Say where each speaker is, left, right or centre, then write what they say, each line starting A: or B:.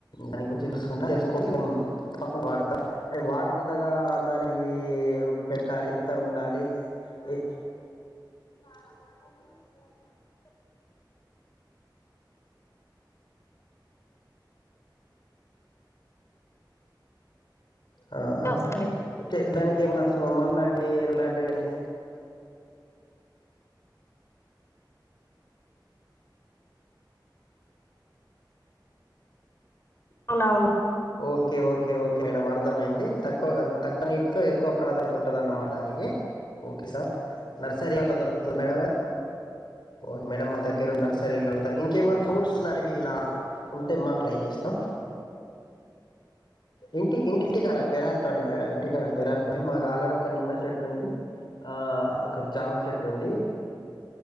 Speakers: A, on the left; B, on the left.
A: దాని గురించి తెలుసుకుంట తెలుసుకని మేము తప్పకుండా వాడత అరె వాటర్ అందక దానికి ఈ పెట్టాలి ఇంత ఉండాలి ఇ ఆల మాటకు చివరి ఆ
B: అవసరం లేదు
A: ఓకే దానికి ఏమన మందు లాంటివి ఎరువు లాంటివి అని
B: అవునవును
A: ఓకే ఓకే ఓకే మేడం అర్థమైంది తక్కువ తక్కువ నీటితో ఎ తక్కువ ప్రాధాన్యత ఉంటదన్నమ్మాట దానికి ఓకే సార్ నర్సరీ లల దొరుకుతుందా మేడమ్ అది ఓకే మేడమ్ మా దగ్గర ఉ నర్సరీలు అంత ఇంకేమైనా ఫ్రూట్స్ లాంటివి ఇలా ఉంటే మాకు ట్రై చేస్తాం ఇంటి ఇంటి ఇంటికాడ పెరాట్ లోనేయి మేడం ఇంటికాడ పెిరాట్ లోనే మాకు ఆల్రెడీ ఒక నిమ్మ చెట్టు ఉంది ఆ ఒక జామా చెట్టు ఉంది